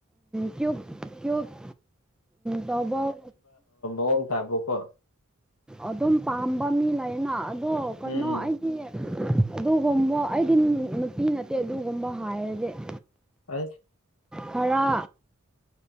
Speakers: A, in the centre; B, on the left.
A: ꯀ꯭ꯌꯨꯕ ꯀ꯭ꯌꯨꯕ ꯇꯧꯕ ꯫
B: ꯀꯣꯡ ꯊꯕꯣꯛ ꯀꯣ ꯫
A: ꯑꯗꯨꯝ ꯄꯥꯝꯕ ꯃꯤ ꯂꯩꯅ ꯑꯗꯣ ꯀꯩꯅꯣ
B: ꯎꯝ
A: ꯑꯩ ꯑꯗꯨꯒꯨꯝꯕ ꯑꯩꯗꯤ ꯅꯨꯄꯤ ꯅꯠꯇꯦ ꯑꯗꯨꯒꯨꯝꯕ ꯍꯥꯏꯔꯗꯤ ꯫
B: ꯍ
A: ꯈꯔ